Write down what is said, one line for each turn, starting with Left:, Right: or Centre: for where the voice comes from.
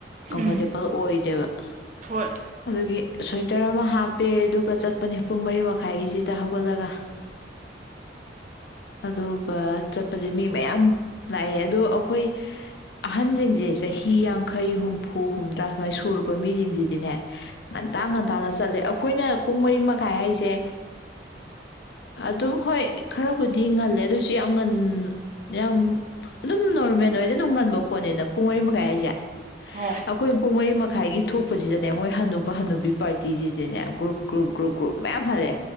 Left: ꯀꯝꯐꯣꯔꯇꯦꯕꯜ
Right: ꯎꯝ
Left: ꯑꯣꯏꯗꯦꯕ <inaudible>
Right: ꯍꯣꯏ
Left: ꯑꯗꯨꯗꯒꯤ ꯁ꯭ꯋꯦꯇꯔ ꯑꯃ ꯍꯥꯞꯄꯦ ꯑꯗꯨꯒ ꯆꯠꯄꯅꯤ ꯄꯨꯡ ꯃꯔꯤ ꯃꯈꯥꯏꯒꯤꯁꯤꯗ ꯍꯧꯒꯠꯂꯒ꯫ ꯑꯗꯨꯒ ꯆꯠꯄꯁꯦ ꯃꯤ ꯃꯌꯥꯝ ꯂꯥꯛꯑꯦ ꯑꯗꯣ ꯑꯩꯈꯣꯏ ꯑꯍꯟꯖꯤꯡꯖꯦ ꯆꯍꯤ ꯌꯥꯡꯈꯩ ꯍꯨꯝꯐꯨ ꯍꯨꯝꯗ꯭ꯔꯥ ꯁꯨꯃꯥꯏꯅ ꯁꯨꯔꯨꯕ ꯃꯤꯁꯤꯡꯁꯤꯗꯤꯅꯦ ꯉꯟꯇꯥ - ꯉꯟꯇꯥꯅ ꯆꯠꯂꯦ ꯑꯩꯈꯣꯏꯅ ꯄꯨꯡ ꯃꯔꯤ ꯃꯈꯥꯏ ꯍꯥꯏꯁꯦ ꯑꯗꯨꯝ ꯍꯣꯏ ꯈꯔꯕꯨꯗꯤ ꯉꯜꯂꯦ ꯑꯗꯨꯑꯣꯏꯁꯨ ꯌꯥꯝ ꯉꯟ ꯌꯥꯝ ꯑꯗꯨꯝ ꯅꯣꯔꯃꯦꯜ ꯑꯣꯏꯗꯤ ꯑꯗꯨꯝ ꯉꯟꯕ ꯄꯣꯠꯅꯤꯅ ꯄꯨꯡ ꯃꯔꯤ ꯃꯈꯥꯏ ꯍꯥꯏꯁꯦ
Right: ꯍꯣꯏ
Left: ꯑꯩꯈꯣꯏ ꯄꯨꯡ ꯃꯔꯤ ꯃꯈꯥꯏꯒꯤ ꯊꯣꯛꯄꯁꯤꯗꯅꯦ ꯃꯣꯏ ꯍꯅꯨꯕ - ꯍꯅꯨꯕꯤ ꯄꯥꯔꯇꯤꯁꯤꯗꯤꯅꯦ ꯒ꯭ꯔꯨꯞ ꯒ꯭ꯔꯨꯞ ꯒ꯭ꯔꯨꯞ ꯒ꯭ꯔꯨꯞ ꯃꯌꯥꯝ ꯍꯜꯂꯛꯑꯦ